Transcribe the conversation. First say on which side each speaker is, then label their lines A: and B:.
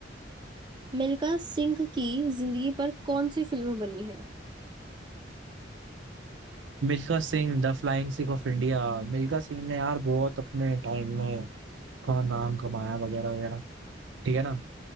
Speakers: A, on the right (about 25°); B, on the right (about 80°).
A: मिल्खा सिंह की जिंदगी पर कौन सी फिल्म बनी है
B: Milkha Singh the flying Sikh of India Milkha Singh ने यार बहुत अपने टाइम में का नाम कमाया वगैरह वगैरह ठीक है ना